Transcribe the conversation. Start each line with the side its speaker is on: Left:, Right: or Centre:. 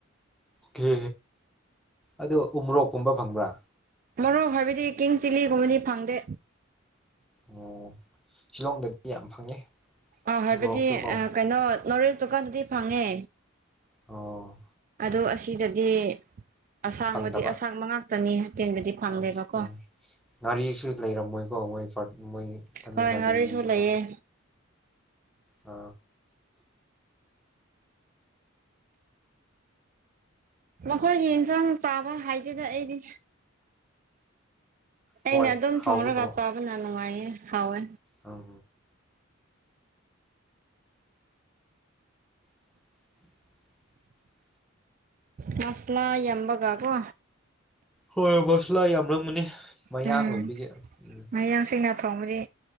Centre: ꯀꯦ ꯑꯗꯣ ꯎꯃꯣꯔꯣꯛꯀꯨꯝꯕ ꯐꯪꯕ꯭ꯔꯥ
Right: ꯃꯣꯔꯣꯛ ꯍꯥꯏꯕꯗꯤ ꯀꯤꯡ ꯆꯤꯜꯂꯤꯒꯨꯝꯕꯗꯤ ꯐꯪꯗꯦ
Centre: ꯑꯣ ꯁꯤꯂꯣꯡꯗꯒꯤ ꯌꯥꯝ ꯐꯪꯉꯦ
Right: ꯑꯥ ꯍꯥꯏꯕꯗꯤ
Centre: ꯎꯃꯣꯔꯣꯛꯇꯣꯀꯣ
Right: ꯑ ꯀꯩꯅꯣ ꯅꯣꯔꯏꯁ ꯗꯨꯀꯥꯟꯗꯨꯗꯤ ꯐꯪꯉꯦ
Centre: ꯑꯣ
Right: ꯑꯗꯣ ꯑꯁꯤꯗꯗꯤ ꯑꯁꯥꯡꯕꯗꯤ
Centre: ꯐꯪꯗꯕ
Right: ꯑꯁꯥꯡꯕ ꯃꯉꯥꯛꯇꯅꯤ ꯑꯇꯦꯟꯕꯗꯤ ꯐꯪꯗꯦꯕꯀꯣ
Centre: ꯑꯣꯀꯦ ꯉꯥꯔꯤꯁꯨ ꯂꯩꯔꯝꯃꯣꯏꯀꯣ ꯃꯣꯏ ꯐꯔ ꯃꯣꯏ ꯇꯥꯃꯤꯜ
Right: ꯍꯣꯏ
Centre: ꯅꯥꯗꯨꯏ
Right: ꯉꯥꯔꯤꯁꯨ
Centre: ꯃꯤꯗꯤꯀꯣ
Right: ꯂꯩꯌꯦ
Centre: ꯑ
Right: ꯃꯈꯣꯏꯒꯤ ꯏꯟꯁꯥꯡ ꯆꯥꯕ ꯍꯥꯏꯇꯦꯗ ꯑꯩꯗꯤ ꯑꯩꯅ
Centre: ꯍꯣꯏ
Right: ꯑꯗꯨꯝ
Centre: ꯍꯥꯎꯒꯗꯕ
Right: ꯊꯣꯡꯔꯒ ꯆꯥꯕꯅ ꯅꯨꯡꯉꯥꯏꯌꯦ ꯍꯥꯎꯋꯦ
Centre: ꯑꯪ <inaudible>
Right: ꯃꯁꯂꯥ ꯌꯥꯝꯕꯒ ꯀꯣ
Centre: ꯍꯣꯏ ꯃꯁꯂꯥ ꯌꯥꯝ ꯂꯝꯒꯅꯤ ꯃꯌꯥꯡ
Right: ꯎꯝ
Centre: ꯑꯣꯏꯕꯤꯒꯤ ꯎꯝ
Right: ꯃꯌꯥꯡꯁꯤꯡꯅ ꯊꯣꯡꯕꯗꯤ